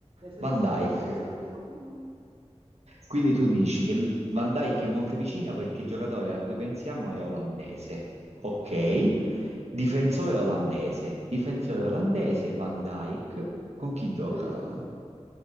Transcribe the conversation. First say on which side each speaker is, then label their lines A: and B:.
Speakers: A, on the right; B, on the right.
A: E se
B: Van
A: fosse
B: Dijk,
A: olandese a questo punto?
B: quindi tu dici che l- Van Dijk è Monteviccino perché il giocatore a cui pensiamo è olandese. Ok,
A: Mm.
B: difensore olandese. Difensore olandese, Van Dijk. Con chi gioca?
A: De Ligt,